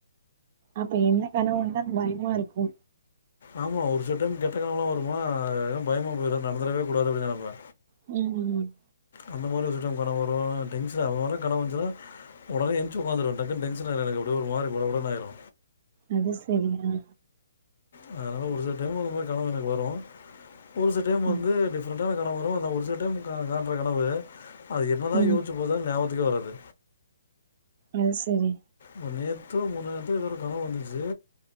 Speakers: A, on the right; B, on the left.
A: அப்ப என்ன கனவு வந்தால் பயமா இருக்கு
B: ஆமா ஒரு சில டைம் கெட்ட‌ கணவெல்லா வருமா எனக்கு பயமா போய்ரு நடந்துரவே கூடாது அப்டின் நனைப்ப
A: ம்
B: அந்த மாரி ஒரு சில டைம் கன வரு டென்ஷன் ஆ <unintelligible> கனவு வந்துச்சுன்னா ஒடனே எஞ்ச்சி ஒக்காந்துருவ டக்குன டென்சன் ஆய்டு எனக்கு அப்டியே ஒரு மாரி படபடனு ஆய்டு
A: அது சரி ஆ
B: அதனால ஒரு சில டைம் அந்த மாரி கனவு எனக்கு வரு ஒரு சில டைம் வந்துட
A: ம்
B: டிப்ரண் டான கனவு வரு ஆனா ஒரு சில டைம் கா கான்ற கனவு அது என்னதா
A: ம்
B: யோஸ்ச்சு பாத்தாலு ஞாபத் துக்கே வறாது
A: ஆ சரி
B: இப்போ நேத்தோ முந்தாநேத்தோ ஏதோ ஒரு கனவு வந்துச்சு